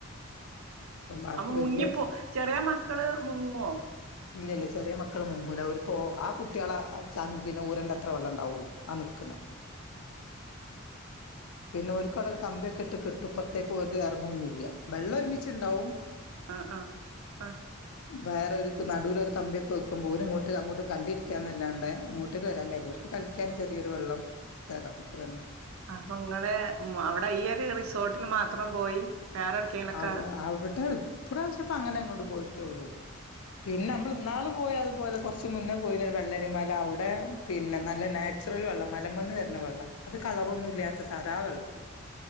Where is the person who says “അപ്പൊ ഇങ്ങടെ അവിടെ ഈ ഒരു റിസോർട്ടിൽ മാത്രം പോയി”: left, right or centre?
Right